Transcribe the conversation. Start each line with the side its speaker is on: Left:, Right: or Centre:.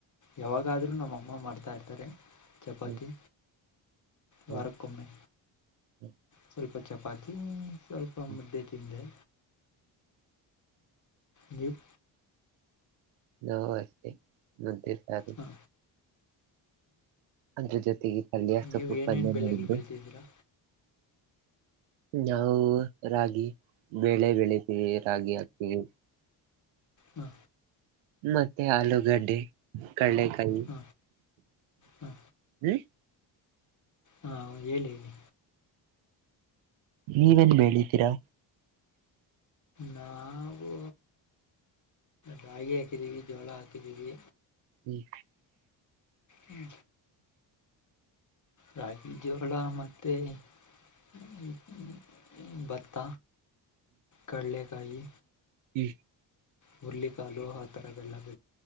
Left: ಯಾವಾಗಾದ್ರೂ ನಮ್ಮ ಅಮ್ಮ ಮಾಡ್ತಾ ಇರ್ತಾರೆ ಚಪಾತಿ
Right: ಹ್ಮ್ ಹ್ಮ್
Left: ವಾರಕ್ಕೊಮ್ಮೆ
Right: ಹ್ಮ್
Left: ಸ್ವಲ್ಪ ಚಪಾತಿ ಸ್ವಲ್ಪ
Right: ಹ್ಮ್
Left: ಮುದ್ದೆ ತಿಂದೆ ನೀ <unintelligible>
Right: <unintelligible>
Left: ಹ
Right: ಅದ್ರ ಜೊತೆಗೆ ಪಲ್ಯ ಸೊಪ್ಪು
Left: ನೀವು ಏನೇನು
Right: ಪಲ್ಯ
Left: ಬೆಳೆಗಳು
Right: ನೋಡಿದ್ದು
Left: ಬೆಳೆತಿದ್ದೀರಾ
Right: ನಾವು ರಾಗಿ ಬೆೇಳೆ ಬೆಳಿತೀವಿ ರಾಗಿ ಹಾಕ್ತೀವಿ
Left: ಹಾ
Right: ಮತ್ತೆ ಆಲೂಗಡ್ಡೆ ಕಡಲೆಕಾಯಿ
Left: ಹ ಹ
Right: ಹ್ಮ್
Left: ಹಾ ಹೇಳಿ ಹೇಳಿ
Right: ನೀವೇನ್ ಬೆಳಿತೀರಾ
Left: ನಾವು ರಾಗಿ ಹಾಕಿದ್ದೀವಿ ಜೋಳ ಹಾಕಿದ್ದೀವಿ.
Right: ಹ್ಮ್
Left: ಹ್ಮ ರಾಗಿ ಜೋಳ ಮತ್ತೇ ಹ್ಮ್ ಹ್ ಭತ್ತ ಕಳ್ಳೆ ಕಾಯಿ.
Right: ಹ್ಮ
Left: ಹುರ್ಲಿ ಕಾಳು ಹ ತರದ್ದೇಲ್ಲಾದು